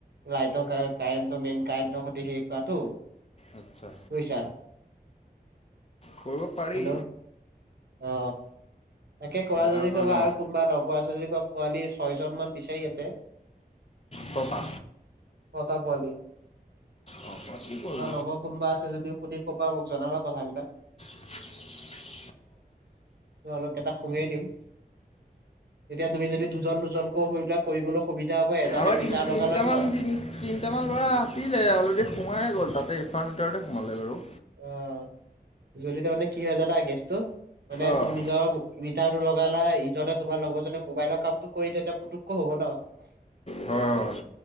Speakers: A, on the right; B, on the left.
A: লাইটৰ কাৰেণ্টটো মেইন কাৰেণ্টৰ সৈ হে কৰাটো
B: আচ্ছা
A: বুজিছা
B: কৰিব পাৰি
A: সেইটো অ তাকে কোৱা
B: বেয়া
A: যদি
B: নহয়
A: কবা
B: ন
A: আৰু কোনোবা লগৰ আছে যদি কবা পোৱালি ছয়জন মান বিচ সেই আছে
B: ছটা
A: ছটা পোৱালি
B: অঁ পাৰি কৰিব
A: তোমাৰ লগৰ কোনোবা আছে যদি সুধি কবা মোক জনাবা কথাবিলাক
B: <unintelligible>
A: মই অলপ এটা সোমিয়াই দিম তেতিয়া তুমি যদি দুজন দুজনকো সৰিবা কৰিবলৈ সুবিধা। হ'ব এজানে
B: আমাৰ
A: মিটাৰ
B: তিন তিনটামান
A: লগালে ধৰ
B: তি তিনটামান ল'ৰা আছিলে অলৰেডি সোমাইে গ'ল তাতে- তোমাৰ মিটাৰতে সোমালে বাৰু
A: অ অ, যদি তাৰ মানে কি হয় জানা গেছটো মানে
B: অঁ
A: তুমি নিজৰ মিটাৰত লগালা ইজনে তোমাৰ লগৰজনে মোবাইলৰ কামটো কৰিলে তেতিয়া পুটুক হ'ব ন উস্
B: হয় হয়